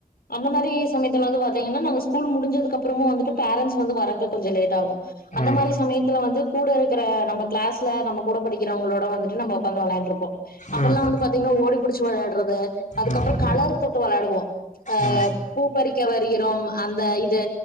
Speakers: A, on the left; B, on the left.
A: அந்த மாரி சமயத்துல வந்து பத் த்திங்கன நாங்க ஸ்கூல் முடிஞ்சதுக்கப்பறமு வந்துட்டு பேரண்ட்ஸ் வந்து வரதுக்கு கொஞ்சோ லேட்டாகு
B: ம்
A: அந்த மாரி சமயத்துல வந்து கூட இருக்குற நம்ம கிளாஸ்ல நம்ம கூட படிக்கிறவங்களோட வந்துட்டு நம்மோ உக்காந்து வெளாண்ட்ருப்போ அப்பல்லா
B: ம்
A: வந்து பாத்தீங்ன்னா ஓடிிபுடுச்சு வெளாட்றது அதுக்கப்ரோ
B: ம்
A: கலர் போட்டு வெளாடுவோ அ
B: ம்
A: பூ பறிக்கவ கிறோம் அந்த இது